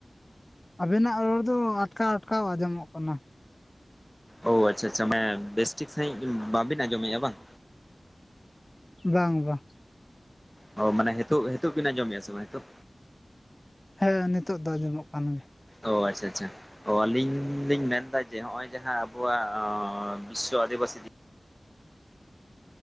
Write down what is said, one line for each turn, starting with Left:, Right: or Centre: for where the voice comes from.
Left: ᱟᱵᱮᱱᱟᱜ ᱨᱚᱲ ᱫᱚ ᱟᱴᱠᱟ ᱟᱴᱠᱟᱣ ᱟᱸᱡᱚᱢᱚᱜ ᱠᱟᱱᱟ ᱾
Centre: ᱳ ᱟᱪᱪᱷᱟ ᱟᱪᱪᱷᱟ ᱢᱟᱱᱮ ᱵᱮᱥᱴᱷᱤᱠ ᱥᱟᱺᱦᱤᱡ ᱵᱟᱵᱤᱱ ᱟᱸᱡᱚᱢᱮᱜᱼᱟ ᱵᱟᱝ
Left: ᱵᱟᱝ ᱵᱟᱝ
Centre: ᱚ ᱢᱟᱱᱮ ᱦᱮᱛᱳᱜ ᱦᱮᱛᱳᱜ ᱵᱤᱱ ᱟᱸᱡᱚᱢᱮᱜᱼᱟ ᱥᱮ ᱵᱟᱝ ᱦᱮᱛᱳᱜ?
Left: ᱦᱮᱸ ᱱᱤᱛᱚᱜ ᱫᱚ ᱟᱸᱡᱚᱢᱚᱜ ᱠᱟᱱ ᱜᱮᱭᱟ ᱾
Centre: ᱚ ᱟᱪᱪᱷᱟ ᱟᱪᱪᱷᱟ ᱚ ᱟᱞᱤᱧ ᱞᱤᱧ ᱢᱮᱱᱫᱟ ᱡᱮ ᱦᱚᱜᱼᱚᱭ ᱡᱟᱦᱟᱸ ᱟᱵᱚᱣᱟᱜ ᱵᱤᱥᱥᱚ ᱟᱫᱤᱵᱟᱥᱤ